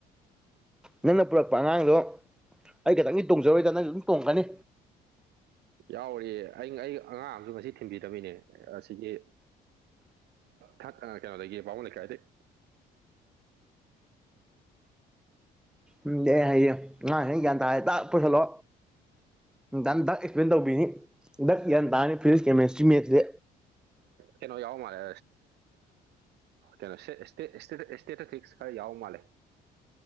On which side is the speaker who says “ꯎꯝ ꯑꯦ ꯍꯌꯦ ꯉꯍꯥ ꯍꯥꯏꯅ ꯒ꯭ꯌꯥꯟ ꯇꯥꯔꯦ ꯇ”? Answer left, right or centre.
Centre